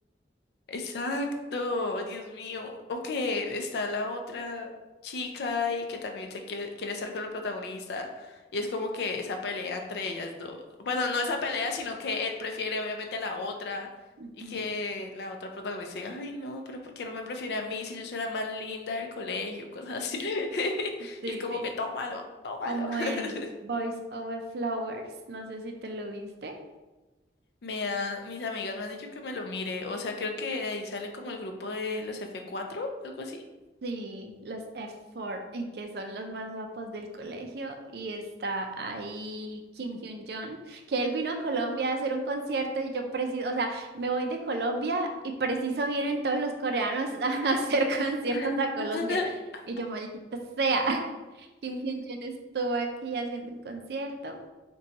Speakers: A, on the left; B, on the right.
A: Exacto, Dios mío. O que está la otra chica y que también se quiere, quiere estar con la protagonista. Y es como que esa pelea entre ellas dos. Bueno, no esa pelea, sino que él prefiere obviamente a la otra.
B: <laughs> Ujú.
A: Y que la otra protagonista diga, ay no, pero ¿por qué no me prefiere a mí si yo soy la más linda del colegio? Cosas así. <laughs>
B: Sí,
A: Y es como
B: sí,
A: que tómalo, tómalo.
B: como
A: <laughs>
B: el Voice Over Flowers, no sé si te lo viste.
A: Me han, mis amigas me han dicho que me lo mire. O sea, creo que de ahí sale como el grupo de los f cuatro, algo así.
B: Sí, los F4, y que son los más guapos del colegio. Y está ahí Kim Hyun-jong, que él vino a Colombia a hacer un concierto y yo preciso, o sea, me voy de Colombia y preciso vienen todos los coreanos <laughs> a hacer conciertos
A: <laughs>
B: a Colombia. Y yo, maldita sea, <laughs> Kim Hyun-jong estuvo aquí haciendo un concierto.